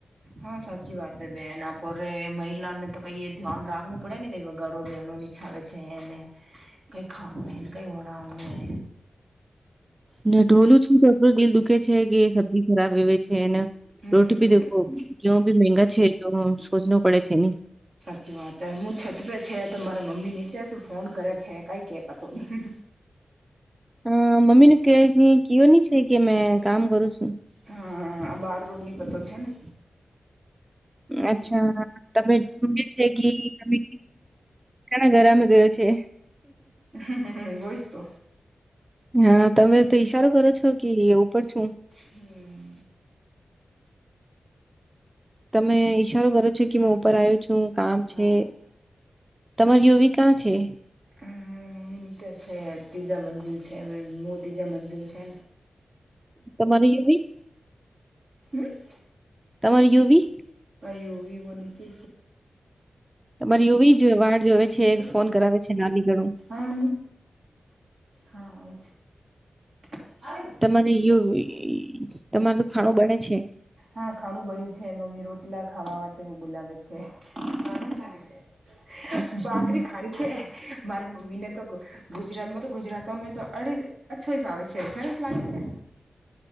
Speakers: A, on the right (about 75°); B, on the right (about 20°).
A: હા સાચી વાત બેન આપોરે મહિલા ને તો કઈ ધ્યાન રાખવું પડે ને કઈ ગળો બે. છ આવેે છે એને કઈ ખાનુ કઈ વણાવું એ.
B: નાને ઢોલું છું તોડું દિલ દુખે છે કે સબ્જી ખરાબ આવેવે છેને.
A: હમ
B: રોટી ભી દેખો ભી મંંગા છે તો સોચનો પડે છે ને.
A: સાચી વાત હ હું છતપે છે તો મારા મમ્મી નીચે ફોન કરે છે કઈ કે પતો નહી.
B: હ મમ્મી ન ક કવ ની છે કે મે કામ કરું છું.
A: હા બાર રૂની કત છેને.
B: અચ્છા. તમે જો છે કે તમે કણા ગરામાં ગયો છે.
A: હમ હ હ બોઈ તો.
B: હા તમે તો ઈશારો કરો છો કે ઉપર છું.
A: હમ્મ.
B: તમે ઈશારો કરો છો કે મે ઉપર આવું છું કામ
A: હા
B: છે. તમાર યુવી કાં છે?
A: હા મમ્મી કે છે ત્રીજા મંજિલ છે મો ત્રીજા મંજિલ છે.
B: તમારે યુવી.
A: હમ્મ
B: તમારે યુવી
A: યુવી વો છે
B: તમારે યુવી જ વાળ જોવે છે
A: હા
B: ફોન કરાવે છે નાની કળું
A: હા આવું છું.
B: તમારે યુવી તમારું તો ખાણું બને છે
A: હા ખાણું બળ્યું છે મમ્મી રોટલા ખાવા વું બોલાવે છે <unintelligible>
B: અચ્છા.
A: બાકરી ખાણી છે મારે મમ્મી તો ગુજરાતમાં તો ગુજરાત અમે તો અડી અછો આવે છે સરસ લાગે છે